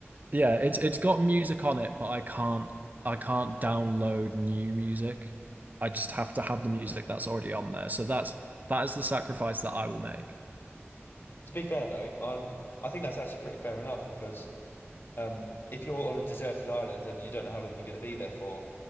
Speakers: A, on the right; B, on the left.
A: yeah, it's it's got music on it, but I can't I can't download new music. I just have to have the music that's already on there. So that's that is the sacrifice that I will make.
B: To be fair though, I I think that's actually pretty fair enough because Um, if you're on a deserted island and you don't know how long you're going to be there for,